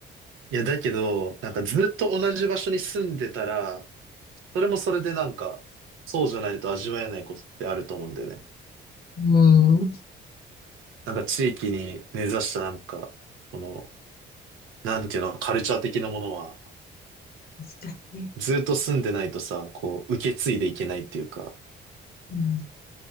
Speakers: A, on the right; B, on the left.
A: いや、だけど、なんかずっと同じ場所に住んでたら、それもそれでなんか、そうじゃないと味わえないことってあると思うんだよね。
B: うん。
A: なんか地域に根ざしたなんか、この、なんていうの、カルチャー的なものは、
B: 確かにね。
A: ずっと住んでないとさ、こう、受け継いでいけないっていうか、
B: うん